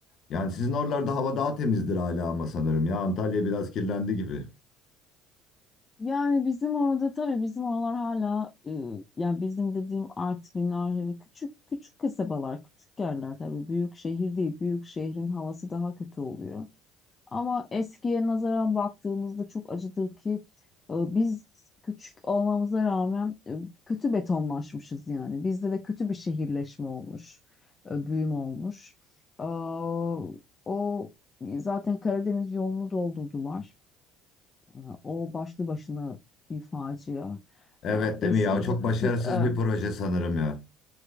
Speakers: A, on the left; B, on the left.
A: Yani sizin oralarda hava daha temizdir hala ama sanırım ya Antalya biraz kirlendi gibi.
B: Yani bizim orada tabii bizim oralar hala e, yani bizim dediğim Artvin, Ahri küçük küçük kasabalar, küçük yerler tabii büyük şehir değil. Büyük şehrin havası daha kötü oluyor. Ama eskiye nazaran baktığımızda çok acıdır ki e, biz küçük olmamıza rağmen e, kötü betonlaşmışız yani. Bizde de kötü bir şehirleşme olmuş, e, büyüme olmuş. Aa, O zaten Karadeniz yolunu doldurdular. Aa, O başlı başına bir facia.
A: Evet
B: Aa, Eskiyle
A: değil mi ya? Çok
B: kı-
A: başarısız
B: kı-
A: bir
B: e,
A: proje sanırım ya.